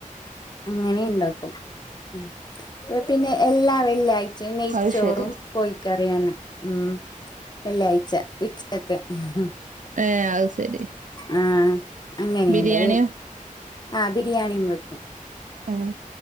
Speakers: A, on the left; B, on the right.
A: അങ്ങനെ ഇണ്ടാക്കും ഉം പിന്നെ എല്ലാ വെള്ളിയാഴ്ചെ നെയ്ച്ചോറും
B: അത് ശെരി
A: കോയിക്കറിയാനെ ഉം വെള്ളിയാഴ്ച ഉച്ചക്ക് ഉംഹ്-.
B: ഏഹ് അയ് സെരി.
A: അ ആഹ് അങ്ങനെയണ്ടത്.
B: ബിരിയാണിയോ
A: ആഹ് ബിരിയാണിയും വെക്കും
B: ഉം